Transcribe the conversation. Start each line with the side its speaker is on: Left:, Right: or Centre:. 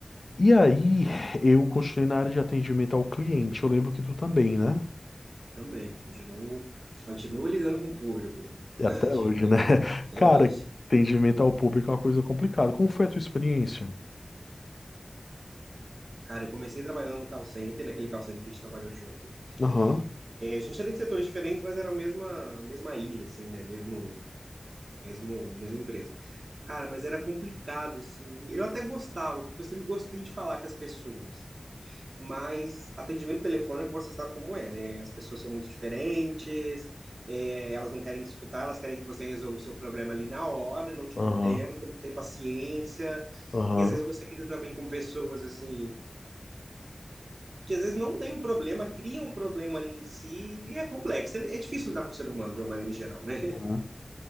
Left: E aí, eu continuei na área de atendimento ao cliente. Eu lembro que tu também, né?
Right: Também, continuo, continuo lidando com o público.
Left: E
Right: <laughs>
Left: Até hoje, né? <laughs>
Right: É
Left: Cara,
Right: hoje.
Left: atendimento ao público é uma coisa complicada. Como foi a tua experiência?
Right: Cara, eu comecei trabalhando no call center, naquele call center que a gente trabalhou junto.
Left: Aham.
Right: É, a gente era de setores diferentes, mas era a mesma, mesma ilha, assim, né? Mesmo, mesmo, mesma empresa. Cara, mas era complicado, assim. Eu até gostava, porque eu sempre gostei de falar com as pessoas. mas atendimento telefônico você sabe como é, né? As pessoas são muito diferentes, é, elas não querem escutar, elas querem que você resolva o seu problema ali na hora, não te
Left: Aham,
Right: dão tempo, não tem paciência.
Left: aham.
Right: E às vezes você lida também com pessoas assim, que às vezes não tem um problema, criam um problema ali em si, e é complexo. É, é difícil lidar com o ser humano de uma maneira em geral, né?
Left: Uhum.